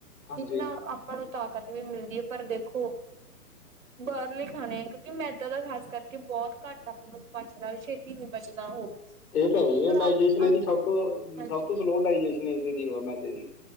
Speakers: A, on the left; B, on the right.
A: ਹਾਂਜੀ
B: ਨਾ ਆਪਾਂ ਨੂੰ ਤਾਕਤ ਵੀ ਮਿਲਦੀ ਹੈ ਪਰ ਦੇਖੋ ਬਾਹਰਲੇ ਖਾਣੇ ਆ ਕਿਉਂਕਿ ਮੈਦਾ ਦਾ ਖਾਸ ਕਰਕੇ ਬਹੁਤ ਘੱਟ ਆਪ ਨੂੰ ਪਚਦਾ ਛੇਤੀ ਨੀ ਪਚਦਾ ਉਹ
A: ਇਹ ਤਾਂ ਹੈ
B: ਪਰ
A: ਹੈ ਡਾਇਜਸ਼ਨ
B: ਅੱਜ
A: ਇਹਦੀ
B: ਅੱਜ
A: ਸਭ ਤੋਂ
B: ਹਾਂਜੀ
A: ਸਭ ਤੋਂ ਸਲੋ ਡਾਇਜਸ਼ਨ ਇਸੇ ਦੀ ਮੈਦੇ ਦੀ